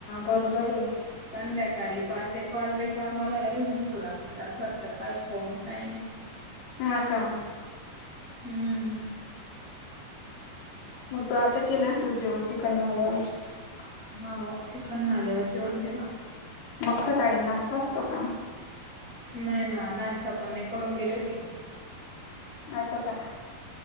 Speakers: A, on the left (about 80°); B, on the left (about 25°).
A: बरोबर आहे.
B: संध्याकाळी पाच एक वाजले खा मला लगेच भूक लागते असं वाटतं काय खाऊन काय नाही.
A: हा का.
B: हम्म.
A: मग तो आता केला असेल जेवण तिकडन आल्यावर
B: हो तिकडन आल्यावर जेवण केव
A: मग सकाळी नासता असतो का
B: नाही ना नाश्ता पण नाही करून गेली होती
A: असं का